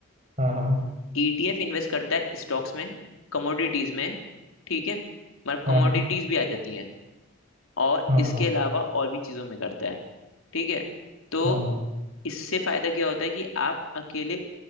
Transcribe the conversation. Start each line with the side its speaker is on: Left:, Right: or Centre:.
Right: हाँ हाँ
Left: ईटीएफ इन्वेस्ट करता है स्टॉक्स में कमोडिटीज में ठीक है मतलब
Right: हाँ
Left: कमोडिटीज
Right: हाँ
Left: भी आ जाती हैं और
Right: हाँ हाँ
Left: इसके
Right: हाँ
Left: अलावा और भी चीजों में करता है ठीक है तो
Right: हाँ हाँ
Left: इससे फायदा क्या होता है कि आप अकेले